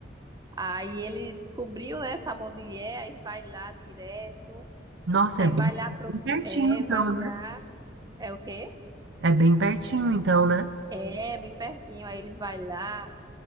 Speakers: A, on the right (about 20°); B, on the right (about 65°).
A: aí ele descobriu, né, sabe onde é, aí vai lá direto,
B: Nossa,
A: aí
B: é bem,
A: vai lá, pro,
B: bem pertinho
A: é,
B: então,
A: vai lá,
B: né?
A: é o quê?
B: É bem pertinho então, né?
A: É, bem pertinho, aí ele vai lá.